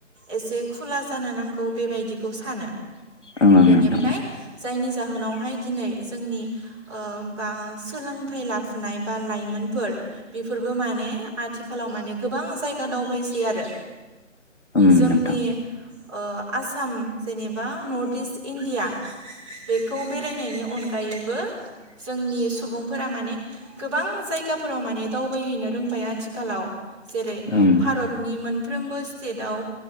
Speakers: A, on the right; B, on the left.
A: एसे खुला जानो नांगौ। बेबायदिखौ सानो।
B: ओं ओं
A: बेनिफ्राय
B: नोंथां
A: जायनि जाहोनावहाय दिनै जोंनि ओ बा सोलोंथाइ लाफुनाय बा लाइमोनफोर बेफोरबो माने आथिखालाव माने गोबां जायगा दावबायसै आरो।
B: ओम
A: जोंनि
B: नोंथां
A: ओ आसाम जेनेबा नर्थ इस्ट इण्डिया। बेखौ बेरायनायनि अनगायैबो। जोंनि सुबुंफोरा माने गोबां जायगाफोराव माने दावबायहैनो रोंबाय आथिखालाव। जेरै
B: ओं ओम
A: भारतनि मोनफ्रोमबो सिटेटआव